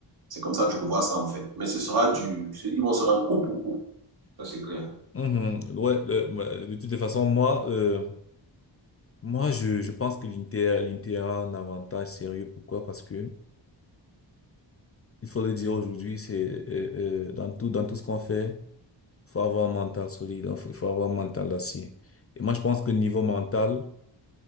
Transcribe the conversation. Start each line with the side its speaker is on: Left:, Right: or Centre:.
Right: C'est comme ça que je vois ça, en fait. Mais ce sera du. Ils vont se rendre coup pour coup. Ça, c'est clair.
Left: Mhm. Ouais, le- ma- de toutes les façons, moi, euh, moi, je, je pense que l'Inter, l'Inter a un avantage sérieux. Pourquoi? Parce que, il faut le dire aujourd'hui, c'est, euh, euh, dans tout, dans tout ce qu'on fait, il faut avoir un mental solide, il faut il faut avoir un mental d'acier. Et moi, je pense que niveau mental,